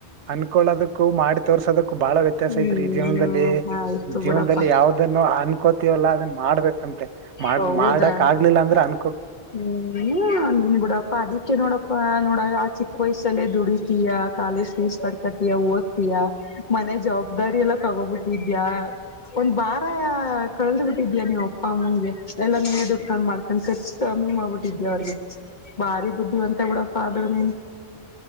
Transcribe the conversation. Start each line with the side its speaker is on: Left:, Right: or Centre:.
Right: ಅನ್ಕೊಳೋದಕ್ಕೂ ಮಾಡಿ ತೋರ್ಸೋದಕ್ಕೂ ಬಾಳ ವ್ಯತ್ಯಾಸ
Left: ನೀನು
Right: ಇದ್ರಿ ಜೀವನದಲ್ಲಿ
Left: ಆಯ್ತು
Right: ಜೀವನದಲ್ಲಿ
Left: ಬಿಡಪ್ಪಾ
Right: ಯಾವ್ದನ್ನು ಅನ್. ಕೋತೀವಲ್ಲ ಅದನ್ನ ಮಾಡ್ಬೇಕು. ಅಂತೆ ಮಾಡ
Left: ಹೌದಾ
Right: ಮಾಡಕ್ ಆಗ್ಲಿಲ್ಲ ಅಂದ್ರೆ ಅನ್.
Left: ಹ್ಮ್ ನಿನ್ ಬಿಡಪ್ಪ ಅದಿಕ್ಕೆ ನೋಡಪ್ಪ ನೋಡ. ಚಿಕ್ಕ ವಯಸ್ಸಲ್ಲೇ ದುಡಿತಯ ಕಾಲೇಜ್ ಫೀಸ್ ಕಡ್ಕತೀಯ ಓದ್ತೀಯ ಮನೆ ಜವಾಬ್ದಾರಿ ಎಲ್ಲಾ ತಗೋಬಿಟ್ಟಿದ್ಯಾ ಒಂದ್ ಬಾರ ಕಳದ್ ಬಿಿಟ್ಟಿದಯ ನೀ್ ಅಪ್ಪ ಅಮ್ಮನಗೆ ಎಲ್ಲಾ ನೀ ಉಡ್ಕೊಂಡ್ ಮಾಡ್ಕೊಂಡ. ಕಮ್ಮಿ ಮಾಡ್ಬಿಟ್ಟಿದ್ದೆ ಅವ್ರಿಗೆ ಭಾರಿ ಬುದ್ಧಿವಂತ ಬಿಡಪ್ಪ ಆದ್ರ ನೀನು.